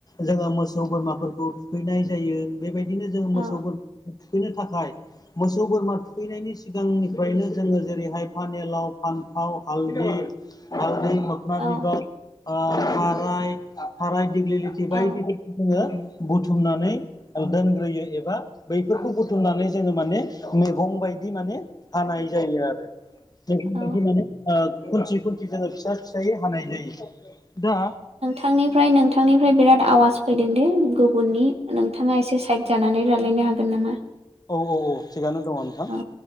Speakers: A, on the left (about 35°); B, on the right (about 70°).
A: जोङो मोसौ बोरमाफोरखौ थुखैनाय जायो बेबायदिनो जोङो
B: औ
A: मोसौ बोर थुखैनो थाखाय मोसौ बोरमा थुखैनायनि सिगांनिफ्रायनो जोङो जेरैहाय फानेलाव, फान्थाव, हालदै हालदै, मोखना
B: औ
A: बिबार ओ माराय थाराय, दिग्लिलिथि
B: औ
A: बायदि जोङो बुथुमनानै ओल दोनग्रोयो एबा बैफोरखौ बुथुमनानै जोङो माने मैगं बायदि माने हानाय जायो आरो बेफोरबायदि
B: औ
A: माने ओ खुन्थि खुन्थि जोङो फिसा फिसायै हानाय जायो। दा
B: थांनिफ्राय नोंथांनिफ्राय बिराद आवाज फैदों दे गुबुननि नोंथाङा एसे साइद जानानै रालायनो हागोन नामा
A: औ औ औ थिगानो दङ नोंथां।
B: औ